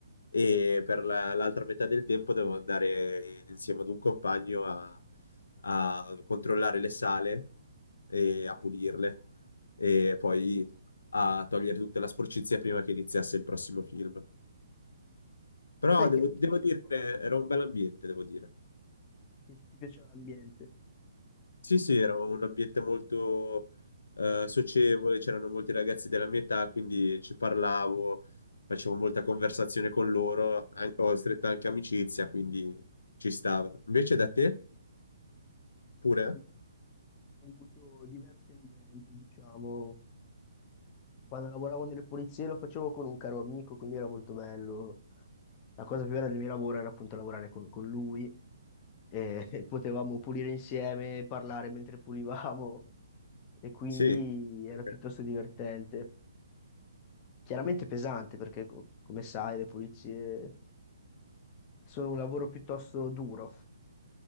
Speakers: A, on the left; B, on the left.
A: e per la- l'altra metà del tempo dovevo andare insieme ad un compagno a, a controllare le sale e a pulirle e poi a togliere tutta la sporcizia prima che iniziasse il prossimo film. Però
B: Sai
A: devo,
B: che anch'io.
A: devo dire, era un bel ambiente, devo dire.
B: Che ti piaceva l'ambiente?
A: Sì, sì, era un ambiente molto eh, socievole, c'erano molti ragazzi della mia età, quindi ci parlavo, facevo molta conversazione con loro, an- ho stretta anche amicizia, quindi ci stava. Invece da te? Pure?
B: Da me ho avuto diversi ambienti, diciamo. Quando lavoravo nelle pulizie lo facevo con un caro amico, quindi era molto bello. La cosa più bella del mio lavoro era appunto lavorare con, con lui e <laughs> potevamo pulire insieme, parlare mentre pulivamo e quindi
A: Sì,
B: era
A: Ok.
B: piuttosto divertente. Chiaramente pesante perché, co- come sai, le pulizie sono un lavoro piuttosto duro.